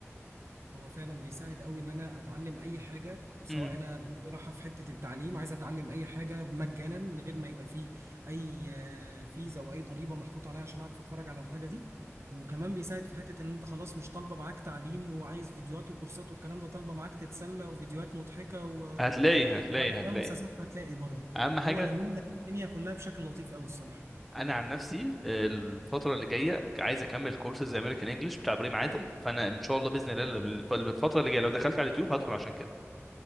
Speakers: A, on the right; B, in the centre.
A: هو فعلا بيساعد قوي ان انا اتعلم اي حاجه سواء
B: امم
A: انا دماغي رايحه في حته التعليم عايز اتعلم اي حاجه مجانا من غير ما يبقى فيه اي آه، فيزا او اي ضريبه محطوطه عليا عشان اعرف اتفرج على الحاجه دي وكمان بيساعد في حته ان انت خلاص مش طالبه معاك تعليم وعايز فيديوهات وكورسات والكلام ده طالبه معاك تتسلى وفيديوهات مضحكه و... و...
B: هتلاقي هتلاقي
A: وافلام
B: هتلاقي
A: ومسلسلات هتلاقي برضه
B: اهم حاجه
A: فهو لمين لك الدنيا كلها بشكل لطيف قوي الصراحه
B: انا عن نفسي آه، الفتره اللي جايه عايز اكمل كورسز امريكان انجلش بتاع ابراهيم عادل فانا ان شاء الله باذن الله الف- الفتره اللي جايه لو دخلت على اليوتيوب هدخل عشان كده